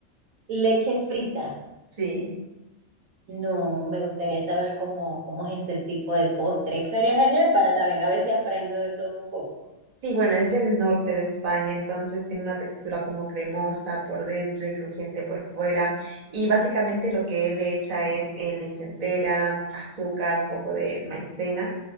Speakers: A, on the right; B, on the right.
A: Leche frita.
B: Sí.
A: No, me gustaría saber cómo, cómo es ese tipo de postre. Sería genial para también a ver si aprendo de todo un poco.
B: Sí, bueno, es del norte de España, entonces tiene una textura como cremosa por dentro y crujiente por fuera. Y básicamente lo que él le echa es eh, leche entera, azúcar, un poco de maicena,